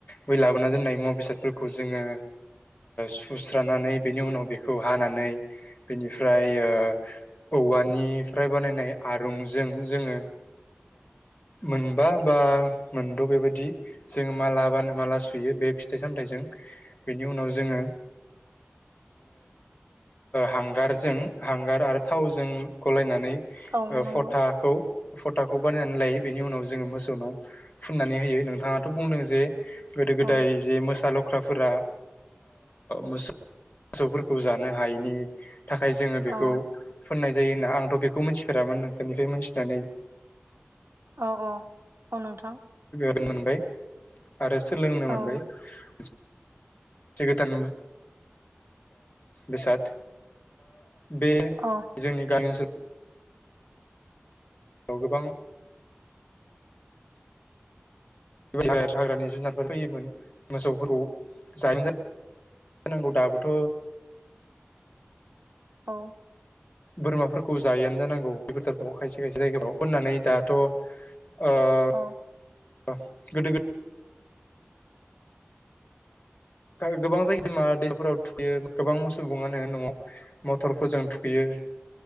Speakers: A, on the left; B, on the right.
A: बै लाबोना दोननाय मुवा बेसादफोरखौ जोङो सुस्रानानै बेनि उनाव बे खौ हानानै बेनिफ्राय औवानिफ्राय बानायनाय आरुंजों जोङो मोनबा बा मोनद बेबायदि जोङ मालाबानो माला सुयो बे बे फिथाइ सामथाइजों बेनि उनाव जोङो हांगारजों हांगार आरो थावजों गलायनानै
B: औ नंगौ
A: फथाखौ फथखखौ बानायनानै लायो बेनि उनाव जोङो मोसौनाव फुननानै होयो नोंथाङाथ बुंदों जे गोदो
B: औ
A: गोदाय जे मोसा लख्राफोरा मो मोसौफोरखौ जानो हायैनि थाखाय जोङो बेखौ
B: औ
A: फोननाय जायो होनना आं आंथ बेखौ मिथिफेरामोन नोंथांनिफ्राय मिथिनानै
B: औ औ औ नोंथां
A: मोनबाय आरो सोलोंनो मोनबाय
B: औ
A: <unintelligible> गोदान बेसाद बे
B: औ
A: जोंनि गामि ओनसोलाव गोबां हाग्रानि जुनारफोर फैयोमोन मोसौफोरखौ जानो जा होनांगौ दाबोथ'
B: औ
A: बोरमाफोरखौ जायआानो जानांगौ बेपुटारफ्राव खायसे खायसे जायगाफ्राव फोननानै दाथ' गोदो
B: औ
A: गोद गोबां जाय <unintelligible> दैमा दैसाफोराव थुखैयो गोबां सुबुङानो न'आव मथरफोरजों थुखैयो